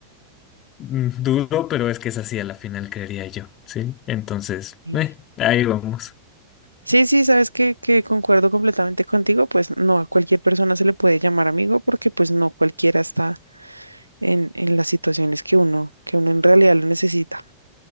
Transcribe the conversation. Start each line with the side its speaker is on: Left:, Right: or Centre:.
Left: mm, duro, pero es que es así a la final, creería yo, ¿sí? Entonces,
Right: sí.
Left: eh, ahí vamos.
Right: Sí, sí, sabes que, que concuerdo completamente contigo, pues no a cualquier persona se le puede llamar amigo porque pues no cualquiera está en, en las situaciones que uno, que uno en realidad lo necesita.